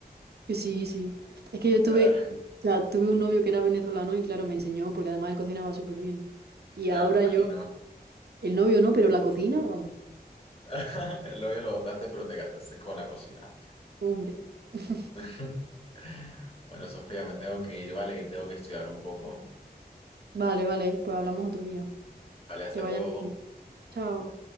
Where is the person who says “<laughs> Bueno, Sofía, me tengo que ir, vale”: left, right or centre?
Left